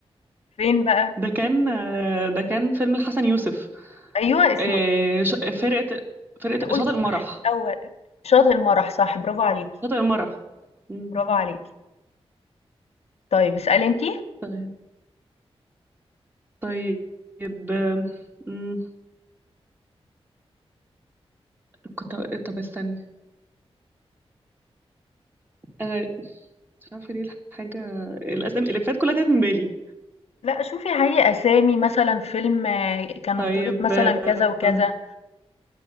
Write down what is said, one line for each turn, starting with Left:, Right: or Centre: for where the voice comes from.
Left: فين بقى؟
Right: ده كان آه، ده كان فيلم الحسن يوسف
Left: أيوه اسمه
Right: آه،
Left: إيه؟
Right: ش- فرقة فرقة
Left: أنتِ قُلتِ
Right: شاطئ
Left: صح
Right: المرح
Left: الأول، شاطئ المرح صح، برافو عليكِ،
Right: شاطئ المرح مم.
Left: برافو عليكِ. طيب اسألي أنتِ.
Right: طيب طيب آم، مم. كنت هقول- طب استني انا مش عارفة ليه الحاجة الاسامي اللي فات كلها تاهت من بالي
Left: لأ شوفي هاي أسامي مثلًا فيلم آه، كان
Right: طيب
Left: بطولة مثلًا
Right: آم،
Left: كذا وكذا،